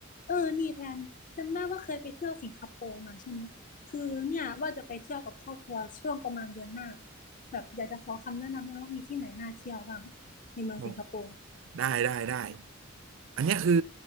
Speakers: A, on the left; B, on the right.
A: เออนี่แทนจำได้ว่าเคยไปเที่ยวสิงคโปร์มาใช่ไหมคือเนี่ยว่าจะไปเที่ยวกับครอบครัวช่วงประมาณเดือนหน้าแบบอยากจะขอคำแนะนำด้วยว่ามีที่ไหนน่าเที่ยวบ้างในเมืองสิงคโปร์
B: โอ้ได้ได้ได้อันเนี้ยคือ